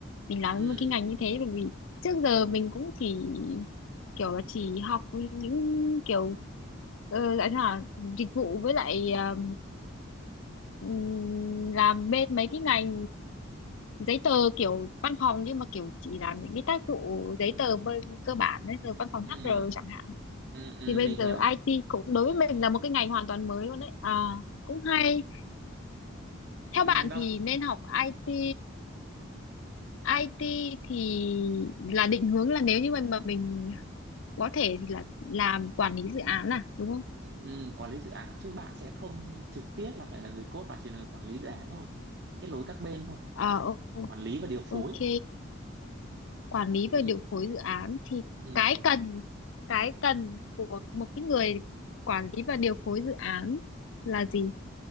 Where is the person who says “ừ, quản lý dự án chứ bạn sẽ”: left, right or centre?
Right